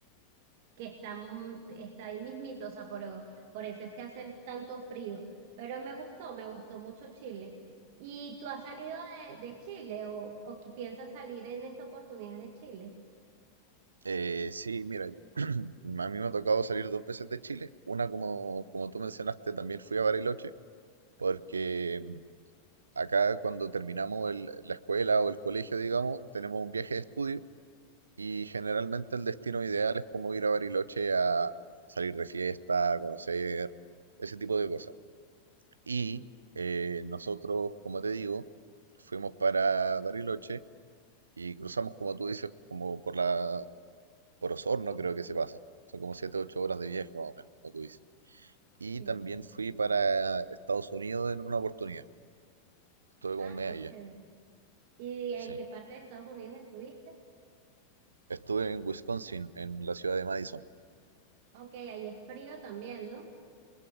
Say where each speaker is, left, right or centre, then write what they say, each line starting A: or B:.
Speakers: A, on the right (about 50°); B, on the right (about 70°).
A: que está, mm, está ahí mismito, o sea, por, por eso es que hace el tanto frío, pero me gustó, me gustó mucho Chile. ¿Y tú has salido de, de Chile o, o que piensas salir en esta oportunidad de Chile?
B: Eh, sí, mira, yo- <clears throat> a mí me ha tocado salir dos veces de Chile. Una, como, como tú mencionaste, también fui a Bariloche. porque mm, acá cuando terminamos el- la escuela o el colegio, digamos, tenemos un viaje de estudio y generalmente el destino ideal es como ir a Bariloche a salir de fiesta, a conocer, ese tipo de cosas. Y eh, nosotros, como te digo, fuimos para Bariloche y cruzamos, como tú dices, como por la, por Osorno creo que se pasa. Son como 7 8 horas de viaje más o menos, como tú dices. Y
A: Sí.
B: también fui para Estados Unidos en una oportunidad. Estuve como
A: Ah,
B: un mes
A: qué
B: allá.
A: chévere. ¿Y
B: Sí.
A: en qué parte de Estados Unidos estuviste?
B: Estuve en Wisconsin, en la ciudad de Madison.
A: Ok, ahí es frío también, ¿no?